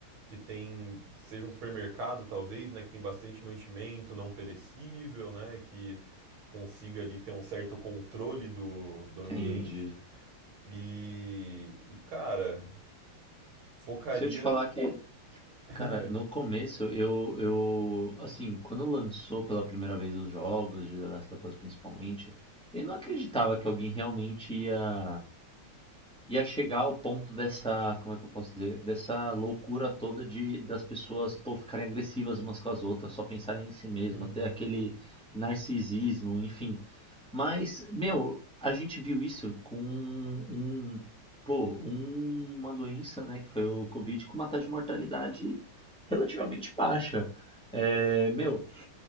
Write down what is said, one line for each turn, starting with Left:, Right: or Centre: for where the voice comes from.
Right: que tem. Seja um supermercado, talvez, né? Que tem bastante mantimento não perecível, né? Que consiga ali ter um certo controle do, do ambiente
Centre: entendi.
Right: e, e cara, focaria.
Centre: Se eu te falar que,
Right: <laughs>
Centre: cara, no começo eu, eu, assim, quando lançou pela primeira vez os jogos de The Last of Us principalmente, eu não acreditava que alguém realmente ia. ia chegar ao ponto dessa, como é que eu posso dizer, dessa loucura toda de das pessoas, pô, ficarem agressivas umas com as outras, só pensarem em si mesma,
Right: Uhum.
Centre: ter aquele narcisismo, enfim. Mas, meu, a gente viu isso com um, pô, um- uma doença, né, que foi o Covid, com uma taxa de mortalidade relativamente baixa. É, meu,